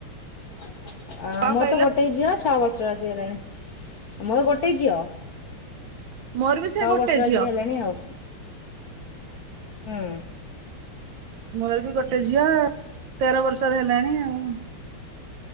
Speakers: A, on the left (about 65°); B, on the right (about 70°).
A: ଅ
B: କଣ
A: ମୋର
B: କହିଲ?
A: ତ ଗୋଟେ ଝିଅ। ଛଅ ବର୍ଷ ଆସିଗଲାଣି ମୋର ଗୋଟେ ଝିଅ।
B: ମୋର ବି ସେ
A: ଛଅ
B: ଗୋଟେ
A: ବର୍ଷର
B: ଝିଅ।
A: ଆସିକି ହେଲାଣି ଆଉ। ହୁଁ
B: ମୋର ବି ଗୋଟେ ଝିଅ ତେର ବର୍ଷ ତରେ ଲେଣ ଆଉ ।